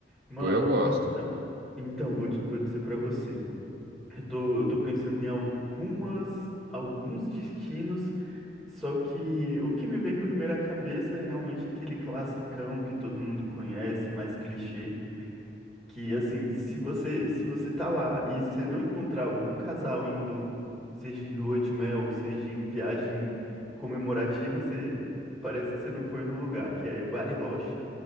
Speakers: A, in the centre; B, on the right.
A: Mano,
B: Pô, eu gosto.
A: então. Então, vou, te- vou dizer pra você. Eu tô, eu tô pensando em algumas, alguns destinos, só que o que me vem primeiro à cabeça é realmente aquele classicão que todo mundo conhece, mais clichê, que assim, se você, se você tá lá e você não encontrar algum casal indo, seja em lua de mel, seja em viagem comemorativa, você parece que você não foi no lugar, que é Bariloche,